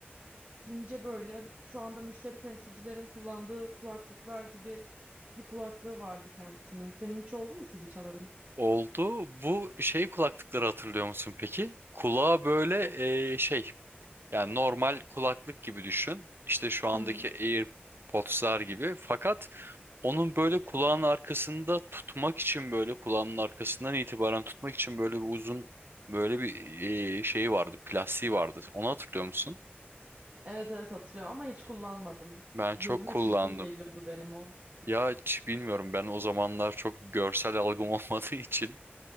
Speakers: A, on the right (about 40°); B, on the right (about 65°).
A: ince böyle şu anda müşteri temsilcilerin kullandığı kulaklıklar gibi bir kulaklığı vardı kendisinin. Senin hiç oldu mu CD çaların?
B: Oldu. Bu şey kulaklıkları hatırlıyor musun peki? Kulağa böyle e, şey yani normal kulaklık gibi düşün. İşte şu andaki
A: <laughs>
B: AirPods'lar gibi. Fakat onun böyle kulağın arkasında tutmak için böyle kulağın arkasından itibaren tutmak için böyle bir uzun böyle bir e, şeyi vardı. Plastiği vardı. Onu hatırlıyor musun?
A: Evet evet hatırlıyorum ama hiç kullanmadım.
B: Ben çok
A: Gözüme
B: kullandım.
A: çirkin geliyordu benim o.
B: Ya hiç bilmiyorum ben o zamanlar çok görsel algım <laughs> olmadığı için.